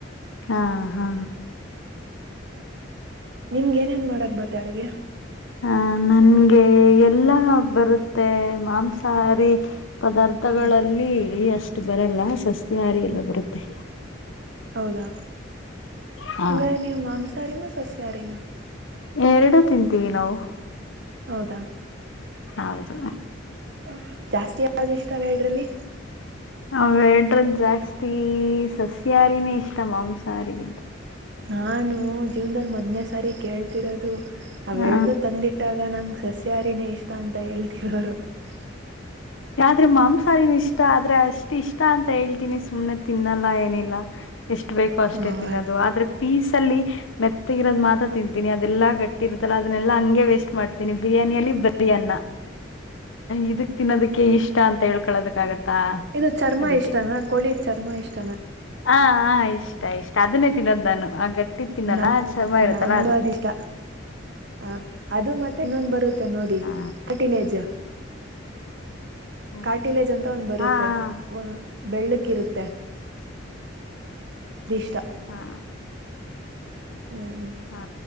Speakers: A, on the left; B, on the right.
A: ಹಾ ಹಾ
B: ನಿಮ್ಗೆ ಏನೇನ್ ಮಾಡಕ್ ಬತ್ತ ಅಡುಗೆ
A: ಹಹ ನನ್ಗೆ ಎಲ್ಲಾ ಬರುತ್ತೆ ಮಾಂಸಾಹಾರಿ ಪದಾರ್ಥಗಳಲ್ಲಿ
B: ಹ್ಮ್
A: ಅಷ್ಟು ಬರಲ್ಲ ಸಸ್ ಯಾರಿಗೆಲ್ಲ
B: ಹ್ಮ್
A: ಬರುತ್ತೆ
B: ಹೌದಾ
A: ಹಾ
B: ಹಂಗರ ನೀವು ಮಾಂಸಹಾರಿನ ಸಸ್ಯ ಹಾರಿನಾ
A: ಎರಡು ತಿಂತೀವಿ ನಾವು
B: ಹೌದಾ
A: ಹೌದು
B: ಹ ಜಾಸ್ತಿ ಯಾವ್ದ ಇಷ್ಟ ಅವ್ ಎರಡರಲ್ಲಿ
A: ಅವ ಎಡ್ರಲ್ ಜಾಸ್ತಿ ಸಸ್ಯಾಹಾರಿನೇ ಇಷ್ಟ ಮಾಂಸಾಹಾರಿಗಿಂತ
B: ನಾನು ಜೀವದಲ್ಲಿ ಮದ್ನೇ ಸಾರಿ ಕೇಳಿ ತ್ತಿರದು ಅವೆರನುೂ
A: ಆ,
B: ತಂದಿಟ್ಟಾಗ ನಂಗ್ ಸಸ್ಯಾರಿನೇ ಇಷ್ಟ ಅಂತ ಹೇಳ್ತಿ ಹರು <unintelligible>
A: ಯ್ರೆ ಮಾಂಸಾರಿನ ಇಷ್ಟ ಆದ್ರೆ ಅಷ್ಟ ಇಷ್ಟ ಅಂತ ಹೇಳ್ತೀನಿ ಸುಮ್ನೆ ತಿನ್ನಲ್ಲ ಏನಿಲ್ಲ ಎಷ್ಟು ಬೇಕೋ ಅಷ್ಟೇ
B: ಹ
A: ತಿನ್ನೋದು ಆದ್ರೆ ಪೀಸ್ ಮೆತ್ತಗಿರೋ ಮಾತ್ರ ತಿಂತೀನಿ ಅದೆಲ್ಲಾ ಗಟ್ಟಿ ಇರತ್ತದಲ್ಲ ಅದನ್ನೆಲ್ಲ ಹಂಗೆ ವೇಸ್ಟ್ ಮಾಡ್ತೀನಿ ಬಿರಿಯಾನಿಯಲ್ಲಿ ಬರಿಯನ್ನ ಇದಕ್ ತಿನ್ನೋದಕ್ಕೆ ಇಷ್ಟ ಅಂತ ಹೇಳ್ಕೊಳೋದಕ್ಕೆ ಸ
B: ಇದು ಚರ್ಮ
A: ಅದಕ್ಕೆ
B: ಇಷ್ಟನಾ ಕೋಳಿ ಚರ್ಮ ಇಷ್ಟನಾ
A: ಹ ಹ ಇಷ್ಟ ಇಷ್ಟ ಅದನ್ನ ತಿದ್ದಾನು ಆಗತ್ತ ತಿನ್ನಲ್ಲ
B: ನ
A: ಅದ್ ಚರ್ಮ ಇರುತ್ತಲ್ಲ
B: ನನ್ ಬದಷ್ಟ ಹ ಅದು ಮತ್ತೆ ಇನ್ನೊ್ ಬರು ನೋಡಿ
A: ಹಾ
B: ಫಟಿಲೇಜ
A: ಹಾ
B: ಕಾಟಿಲೇಜ್ ಅಂತ ಒಂದ್ ಬರುತ್ತೆ
A: ಹಾ
B: ಬೆಳ್ಳಕ್ ಕಿರುತೆ ಇಷ್ಟ
A: ಹಾ
B: ಹ್ಮ್
A: ಹಾ